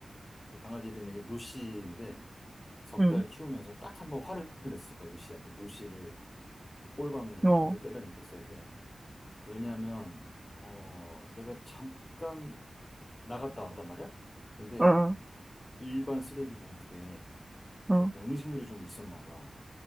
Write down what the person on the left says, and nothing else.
그 강아지 이름이 루시인데, 석
달 키우면서 딱 한 번 화를 냈어, 루시한테. 루시를, 꼴밤을
한 대 때렸는데, 세게. 왜냐면, 어, 내가 잠깐 나갔다 왔단 말이야? 근데
일반 쓰레기 봉투에
어떤 음식물이 좀 있었나 봐.